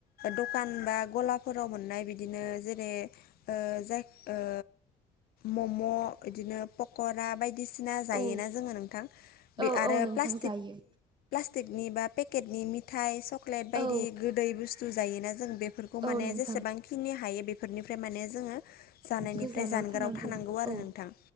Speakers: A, on the left (about 65°); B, on the right (about 25°).
A: दखान बा गलाफोराव मोननाय बिदिनो जेरै ओ जाय ओ मम' बिदिनो पक'रा बायदि बायदिसिना जायोना
B: औ
A: जोङो नोंथां बे
B: औ
A: आरो
B: औ नोंथां
A: प्लास
B: जायो
A: केटनि बा पेकेटनि मिटाय सक्लेट बायदि
B: औ
A: गोदै बुस्थु जायोना जों बे बेफोरखौ
B: औ
A: माने
B: नोंथां
A: जेसेबांखिनि हायो बेफोरनिफ्राय माने जोङो जानायनिफ्राय
B: गोजानाव
A: जानगाराव थानांगौ आरो
B: औ
A: नोंथां